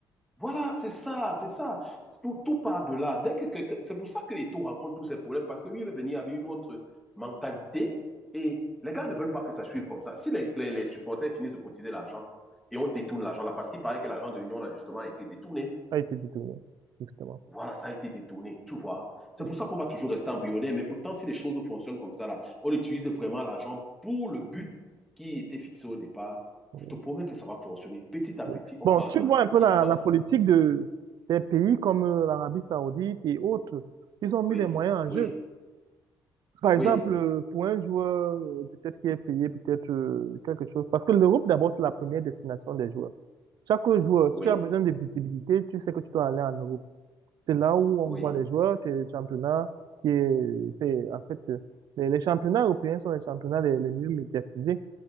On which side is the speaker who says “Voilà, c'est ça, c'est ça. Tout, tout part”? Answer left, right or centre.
Centre